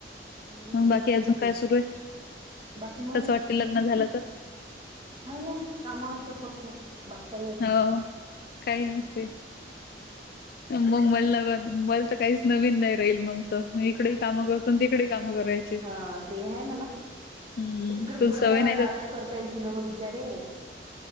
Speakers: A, on the right; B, on the left.
A: हम्म
B: म बाकी अजून काय सुरू आहे?
A: बाकी
B: कस वाटते लग्न झालं तर?
A: नाही नाही काम अस अस कपतोय. <unintelligible>
B: हो काही नसते बोंबलला बघ मला तर काहीच नवीन नाही राहील मग त मी इकडे काम करतो तिकडे कामं करायची
A: ह ते आहे म्हणा तर
B: हम्म
A: तिकडे
B: तू
A: थोडा
B: सवय
A: तर
B: नाही
A: आळस करता येईल तुला मग बिचारे